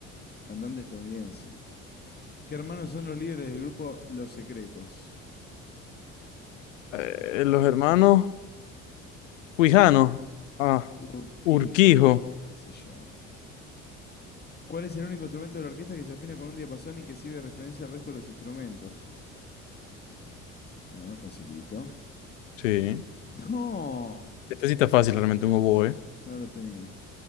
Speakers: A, on the left (about 25°); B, on the left (about 70°).
A: Cantante estadounidense. ¿Qué hermanos son los líderes del grupo Los Secretos?
B: Eh, los hermanos Huijanos. Ah,
A: Urquijo,
B: Urquijo.
A: qué sé yo. ¿Cuál es el único instrumento de la orquesta que se afina con un diapasón y que sirve de referencia al resto de los instrumentos? Ah, facilito.
B: Sí.
A: No,
B: Esta sí está fácil realmente, un oboe.
A: no lo tenía.